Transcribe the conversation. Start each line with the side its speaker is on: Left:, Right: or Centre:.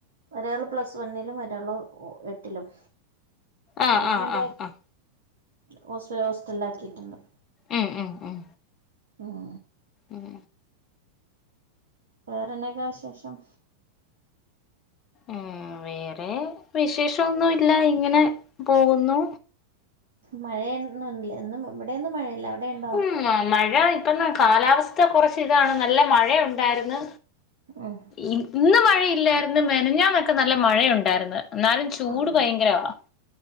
Right: ഒരാള് പ്ലസ് വണ്ണിലും ഒരാള് ഉ എട്ടിലും
Left: ആഹ്
Right: അവര്
Left: ആഹ്
Right: രണ്ടാ
Left: ആഹ് ആഹ്
Right: ഹോസ്റ്റല് ഹോസ്റ്റലിലാക്കിട്ടുണ്ട്
Left: ഉം ഉം ഉം
Right: ഉം
Left: ഉം
Right: വേറെന്നേക്കാ വിശേഷം
Left: ഉം വേറെ വിശേഷോന്നുല്ല ഇങ്ങനെ പോകുന്നു
Right: മഴയൊന്ന് ഇല്ല ഇന്നും ഇവിടെ ഒന്നും മഴയില്ല അവിടെണ്ടോ
Left: ഉം ആഹ് മഴ ഇ പ്പന്ന് കാലാവസ്ഥ കൊറച്ച് ഇതാണ് നല്ല മഴേം ഉണ്ടാർന്ന്
Right: ഉം
Left: ഇ ഇന്ന് മഴയില്ലായിരുന്ന് മെനഞ്ഞാന്നൊക്കെ നല്ല മഴയുണ്ടായിരുന്ന് എന്നാലും ചൂട്
Right: ആഹ്
Left: ഭയങ്കരവാ